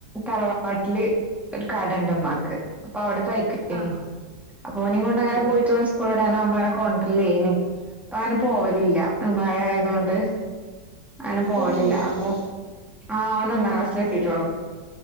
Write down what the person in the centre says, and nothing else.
തറവാ വാട്ടില് ഒരു കട ഉണ്ട് ഉമ്മാക്ക് അപ്പൊ അവിടെ തയ്ക്കനി
ഓനെ കൊണ്ട് അങ്ങനെ
പോയിട്ട് വാ സ്കു <unintelligible> കൊണ്ടില്ലേനി അപ്പൊ അങ്ങനെ പോവലില്ല മഴ ആയതൊണ്ട് അങ്ങനെ പോവലില്ല.
അപ്പൊ ആ അവന് ഒന്നാം ക്ളാസിലെത്തീട്ടുള്ളു